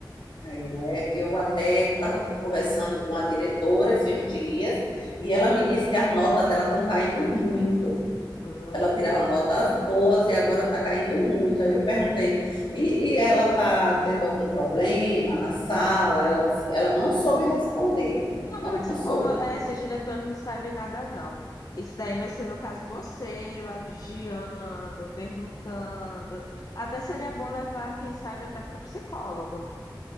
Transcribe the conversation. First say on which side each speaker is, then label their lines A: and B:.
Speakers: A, on the left; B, on the left.
A: aí, né? Eu até estava conversando com a diretora esses dias, e ela me disse que as notas dela estão caindo muito.
B: Hum.
A: Ela tirava notas boas e agora está caindo muito. Aí eu perguntei, e, e ela está tendo algum problema na sala? Ela disse que ela não soube responder.
B: Normalmente
A: Não
B: esse povo,
A: soube.
B: é, esses diretores não sabem nada, não. Isso daí vai ser, no caso, você lá vigiando, perguntando. Até seria bom levar, quem sabe, até para o psicólogo.